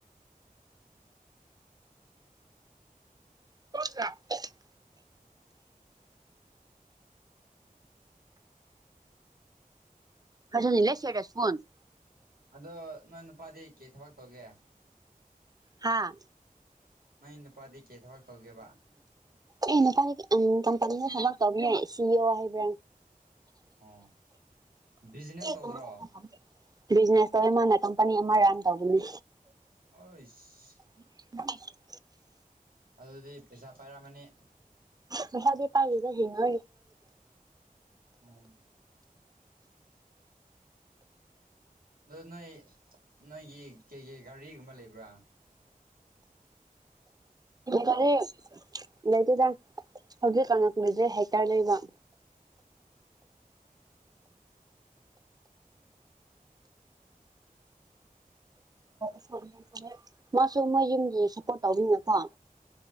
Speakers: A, on the right (about 25°); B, on the right (about 80°).
A: <unintelligible> <unintelligible>
B: ꯑꯗꯣ ꯅꯣꯏ ꯅꯨꯄꯥꯗꯤ ꯀꯩ ꯊꯕꯛ ꯇꯧꯒꯦ
A: ꯍꯥꯥ
B: ꯅꯣꯏ ꯅꯨꯄꯥꯗꯤ ꯀꯩ ꯊꯕꯛ ꯇꯧꯒꯦꯕ
A: ꯑꯦ ꯅꯨꯄꯥꯅꯤ ꯀꯝꯄꯅꯤꯗ ꯊꯕꯛ ꯇꯧꯕꯅꯦ ꯁꯤ ꯏ ꯑꯣ ꯍꯥꯏꯕ꯭ꯔꯥ
B: ꯑꯣ ꯕꯤꯖꯤꯅꯦꯁ ꯇꯧꯗ꯭ꯔꯣ
A: <unintelligible> ꯕꯤꯖꯤꯅꯦꯁ ꯇꯧꯋꯦ ꯃꯥꯅ ꯀꯝꯄꯅꯤ ꯑꯃ ꯔꯟ ꯇꯧꯕꯅꯦ
B: ꯑꯣꯏꯁ
A: <unintelligible>
B: ꯑꯗꯨꯗꯤ ꯄꯩꯁꯥ ꯄꯥꯏꯔꯝꯃꯅꯤ
A: ꯄꯩꯁꯥꯗꯤ ꯄꯥꯏꯗꯦꯗ ꯍꯤꯡ <unintelligible>
B: ꯎꯝ ꯑꯗꯣ ꯅꯣꯏ ꯅꯣꯏꯒꯤ ꯀꯩꯀꯩ ꯒꯥꯔꯤꯒꯨꯝꯕ ꯂꯩꯕ꯭ꯔꯥ
A: ꯒꯥꯔꯤ ꯂꯩꯇꯦꯗ ꯍꯧꯖꯤꯛ ꯀꯟ ꯂꯩꯗꯦ ꯍꯦꯛꯇꯔ ꯂꯩꯕ <unintelligible> ꯃꯥꯁꯨ ꯃꯣꯏꯌꯨꯝꯒꯤ ꯁꯞꯄꯣꯔꯠ ꯇꯧꯕꯅꯤꯅꯀꯣ